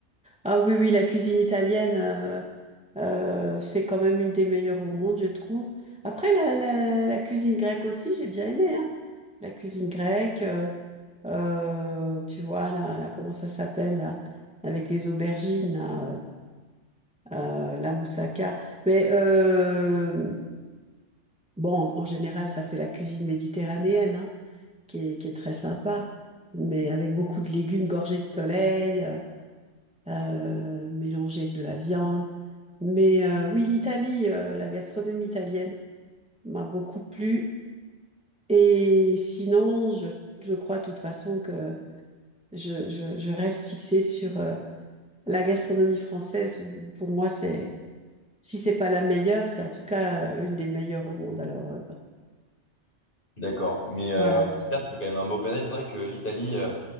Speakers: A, in the centre; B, on the left.
A: Ah oui, oui, la cuisine italienne, euh, euh, c'est quand même une des meilleures au monde, je trouve. Après, la, la, la cuisine grecque aussi, j'ai bien aimé, hein. La cuisine grecque, euh, euh, tu vois, là, là, comment ça s'appelle, là, avec les aubergines, là, euh, la moussaka. Mais euh, bon, en en général, ça, c'est la cuisine méditerranéenne, hein, qui est, qui est très sympa, mais avec beaucoup de légumes gorgés de soleil. euh, euh, mélangé avec de la viande. Mais euh, oui, l'Italie, euh, la gastronomie italienne m'a beaucoup plu. Et sinon, je, je crois de toute façon que je, je, je reste fixée sur euh, la gastronomie française, où pour moi, c'est, si c'est pas la meilleure, c'est en tout cas euh, une des meilleures au monde. Alors euh,
B: D'accord, mais euh,
A: voilà.
B: en tout cas, ça fait quand même un beau panel. C'est vrai que l'Italie, euh,